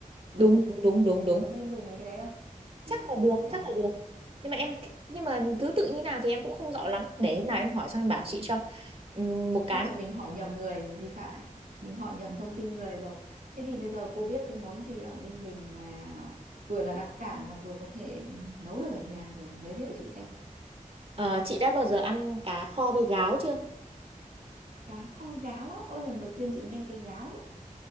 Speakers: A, on the right; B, on the right.
A: gừng
B: đúng đúng đúng đúng đúng
A: có nên dùng mấy cái đấy không à
B: chắc là được
A: thế à
B: chắc là được nhưng mà em nhưng mà thứ tự như nào thì em cũng không rõ lắm để hôm nào em hỏi xong em bảo chị cho Ừm, một
A: chắc
B: cái
A: là mình hỏi nhầm người rồi thì phải mình hỏi nhầm thông tin người rồi thế thì bây giờ cô biết cái món gì ở Ninh Bình mà vừa là đặc sản mà vừa có thể nấu được ở nhà thì giới thiệu chị xem
B: Ờ, chị đã bao giờ ăn cá kho với gáo chưa
A: cá kho gáo á ôi lần đầu tiên chị nghe cái gáo đấy